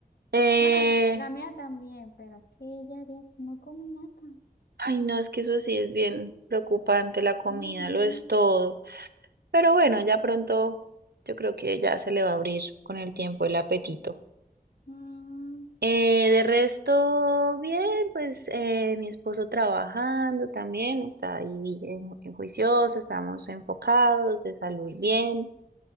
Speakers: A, on the right (about 85°); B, on the left (about 80°).
A: Eh,
B: Bueno, la mía también, pero es que ella, Dios, no come nada.
A: ay, no, es que eso sí es bien preocupante, la comida
B: Ujú.
A: lo es todo. Pero bueno, ya pronto yo creo que ya se le va a abrir con el tiempo el apetito.
B: Mm,
A: Eh, de resto, bien, pues eh, mi esposo trabajando también, está ahí en, en juicioso, estamos enfocados, de salud bien.